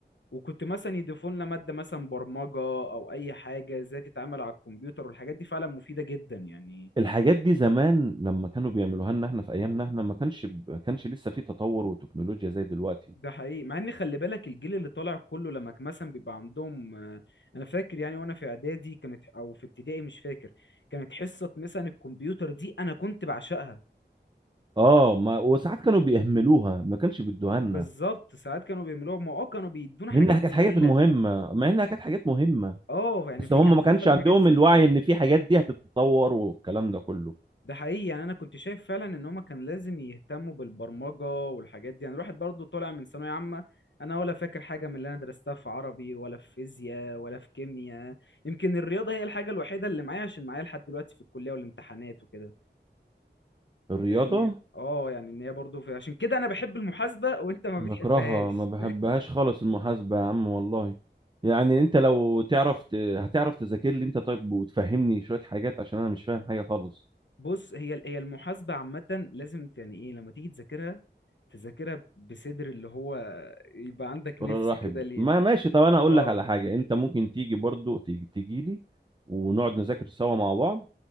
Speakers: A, on the left; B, on the right.
A: وكنت مثلا يضيفوا لنا مادة مثلا برمجة او اي حاجة ازاي تتعامل على الكمبيوتر والحاجات دي فعلا مفيدة جدا يعني
B: الحاجات دي زمان لما كانوا بيعملوها لنا احنا في ايامنا احنا ما كانش ما كانش لسه في تطور وتكنولوجيا زي دلوقتي
A: ده حقيقي مع ان خلي بالك الجيل اللي طالع كله لما كان مثلا بيبقى عندهم آه، انا فاكر يعني وانا في اعدادي كانت او في ابتدائي مش فاكر كانت حصة مثلا الكمبيوتر دي انا كنت بعشقها
B: اه ما وساعات كانوا بيهملوها ما كانش بيدوها لنا
A: بالظبط ساعات كانوا بيعملوها ما اه كانوا بيدونا حاجات
B: منها كانت
A: تقيلة
B: حاجات مهمه مع انها كانت حاجات مهمه
A: اه يعني
B: بس
A: في
B: هم
A: كان
B: ما
A: في
B: كانش
A: فعلا
B: عندهم
A: حاجات تقيلة
B: الوعي ان في حاجات دي هتتطور والكلام ده كله
A: ده حقيقي يعني انا كنت شايف فعلا ان هما كان لازم يهتموا بالبرمجة والحاجات دي يعني الواحد برضو طالع من ثانوية عامة انا ولا فاكر حاجة من اللي انا درستها في عربي ولا في فيزياء ولا في كيمياء يمكن الرياضة هي الحاجة الوحيدة اللي معايا عشان معايا لحد دلوقتي في الكلية والامتحانات وكده
B: الرياضه
A: فاهمني اه يعني ان هي برضو في عشان كده انا بحب المحاسبة وانت ما
B: بكرهها
A: بتحبهاش
B: ما بحبهاش خالص المحاسبه يا عم والله يعني انت لو تعرف ت- هتعرف تذاكر لي انت طيب وتفهمني شويه حاجات عشان انا مش فاهم حاجه خالص
A: بص هي هي المحاسبة عامة لازم ت- يعني ايه لما تيجي تذاكرها تذاكرها بصدر اللي هو يبقى عندك
B: ولا
A: نفس
B: رحب
A: كده ليه
B: ما ماشي طب انا اقول
A: اه
B: لك على حاجه انت ممكن تيجي برضو تيجي تيجي لي ونقعد نذاكر سوا مع بعض